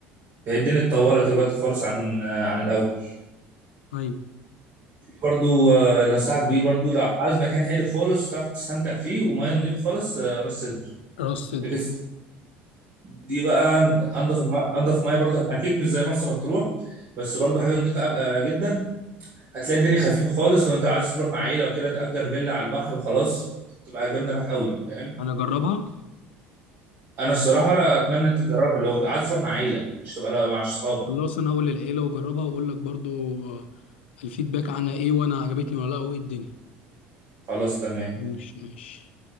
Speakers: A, on the right; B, on the left.
A: فهي الدنيا اتطورت دلوقتي خالص عن آه، عن الاول
B: أيوة
A: برضو آه، اللي انصحك بيه برضو لو عاوز مكان هادي خالص تعرف تستمتع فيه وميه نظيفه خالص آه، راس سدر
B: راس صدر
A: لكن دي بقى انضف الم- انضف ميه برضو اكيد مش زي مرسى مطروح بس برضو حاجه نظيفه آه، جدا هتلاقي الدنيا خفيفه خالص لو انت عايز تروح مع عيله وكده تأجر فيلا على البحر وخلاص تبقى جامده معاك قوي فاهم
B: أنا أجربها
A: انا الصراحه لا اتمنى انت تجربها لو عايز تروح مع عيله مش تبقى لا مع اصحابك
B: خلاص أنا هقول للعيلة وأجربها وأقول لك برضو آه، الفيدباك عنها إيه وأنا عجبتني ولا لأ وإيه الدنيا
A: خلاص تمام
B: ماشي ماشي